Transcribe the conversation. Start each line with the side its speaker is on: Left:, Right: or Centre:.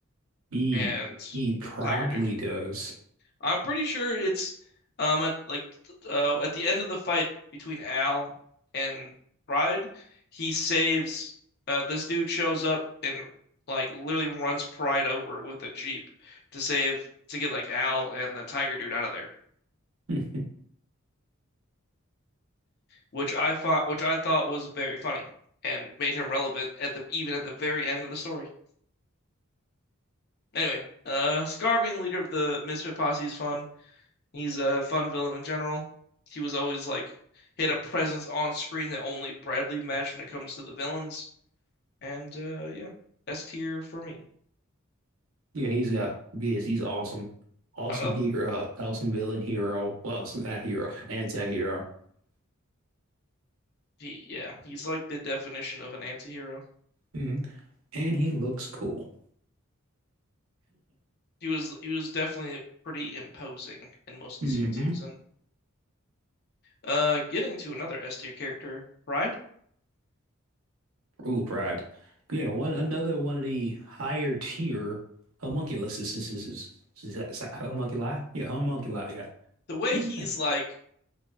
Right: He
Left: and
Right: he probably
Left: Tiger Dude.
Right: does.
Left: I'm pretty sure it's um at like uh, at the end of the fight between Al and Pride, he saves uh, this dude shows up and like literally runs Pride over with a jeep to save to get like Al and the tiger dude out of there,
Right: <laughs> hmm
Left: which I thought which I thought was very funny and made him relevant at the even at the very end of the story. Anyway, uh, Scar being the leader of the Misfit Posse is fun. He's a fun villain in general. He was always like he had a presence on screen that only Bradley matched when it comes to the villains. And uh yeah, S tier for me.
Right: Yeah, he's uh yes, he's awesome, awesome
Left: Another
Right: hero, awesome villain hero. Well, not hero, anti-hero. <clears throat> <laughs>
Left: he, yeah, he's like the definition of an anti-hero.
Right: Mhm. And he looks cool.
Left: He was he was definitely pretty imposing in most of the
Right: hmm
Left: scenes he was in. Uh getting to another S tier character, Pride.
Right: Ooh, pride. Yeah, one another one of the higher tier homunculus is, is, is, is, is that, is that homunculi? Yeah, homunculi, yeah.
Left: The way
Right: <laughs>
Left: he's like